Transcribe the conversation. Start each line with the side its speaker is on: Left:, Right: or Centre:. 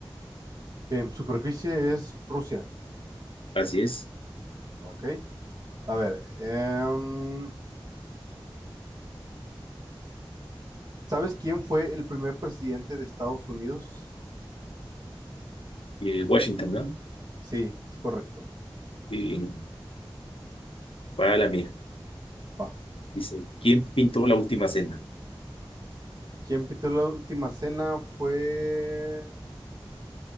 Right: Em, superficie es Rusia.
Left: Así es,
Right: Ok. A ver, em, ¿sabes quién fue el primer presidente de Estados Unidos?
Left: eh, Washington, ¿no?
Right: Sí, es correcto.
Left: Y va a la mía.
Right: Va.
Left: Dice, ¿quién pintó la última cena?
Right: ¿Quién pintó la última cena? Fue...